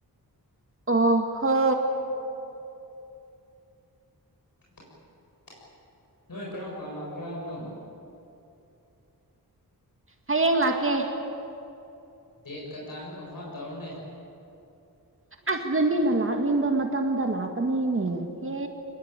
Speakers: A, on the right; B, on the left.
A: ꯑꯣꯍꯣ
B: ꯎ ꯅꯣꯏ ꯀꯔꯝ ꯀꯥꯟ ꯂꯥꯛꯀꯦ ꯍꯥꯏꯕꯅꯣ
A: ꯍꯌꯦꯡ ꯂꯥꯛꯀꯦ
B: ꯗꯦꯠꯀ ꯇꯥꯏꯝꯗꯣ ꯀꯟꯐꯥꯝ ꯇꯧꯔꯨꯅꯦ
A: ꯑꯁꯤꯗ ꯃꯤꯅ ꯂꯥꯛꯅꯤꯡꯕ ꯃꯇꯝꯗ ꯂꯥꯛꯀꯅꯤꯅꯦꯍꯦ